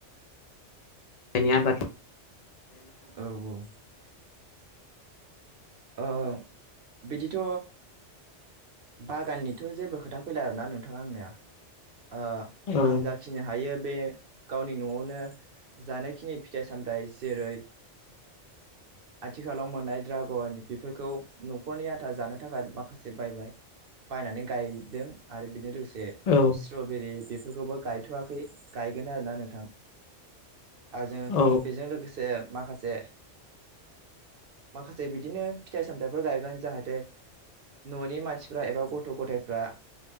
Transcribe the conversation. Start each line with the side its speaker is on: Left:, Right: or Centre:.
Left: दानिया आबा
Right: औ औ ओ बिदिथ' बागाननिथ' जेबो खोथा फैला आरोना नोंथाङा आंनिया ओ
Left: औ
Right: आं जाखिनि हायो बे गावनि न'आवनो जानायखिनि फिथाइ सामथाइ जेरै आथिखालाव मोननाय द्रागनि बेफोरखौ न'खरनि आथा जानो थाखाय माखासे बायबाय बायनानै गायदों आरो बेजों लोगोसे जे
Left: औ
Right: स्ट्रबेरि बेफोरखौबो गायथ'वाखै गायगोन आरो ना नोंथां आरो जों
Left: औ
Right: बेजों लोगोसे माखासे माखासे बिदिनो फिथाइ सामथाइफोर गायगोन जाहाथे न'नि मानसिफ्रा एबा गथ' गथायफ्रा